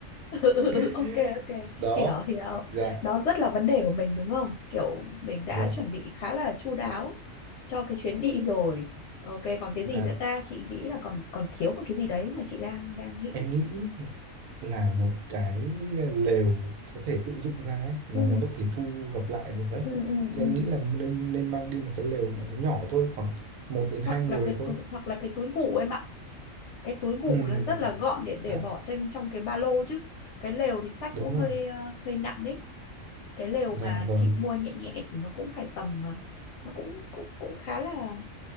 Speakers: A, on the left; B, on the right.
A: Ừ, ừ, ừ,
B: <laughs>
A: ok ok
B: đó
A: hiểu hiểu
B: dạ
A: đó rất là vấn đề của mình đúng không kiểu mình đã
B: dạ
A: chuẩn bị khá là chu đáo cho cái chuyến đi rồi ok còn cái
B: dạ
A: gì nữa ta chị nghĩ là còn còn thiếu một cái gì đấy mà chị đang đang nghĩ
B: em nghĩ là một cái ờ, lều có thể tự dựng ra ấy mà
A: ừ
B: nó có thể thu gập lại được ấy
A: ừ ừ,
B: thì
A: ừ.
B: em nghĩ là nên nên mang đi một cái lều mà nó nhỏ thôi khoảng một đến hai
A: hoặc
B: người
A: là cái
B: thôi
A: túi hoặc là cái túi ngủ em ạ cái túi ngủ
B: ừ
A: nó rất là gọn để để
B: dạ
A: bỏ trên trong cái ba lô chứ cái lều thì xách
B: đúng
A: cũng hơi
B: rồi
A: ờ, hơi nặng đấy cái lều
B: dạ
A: mà
B: vâng
A: chị mua nhẹ nhẹ thì nó cũng phải tầm ờ, nó cũng cũng cũng khá là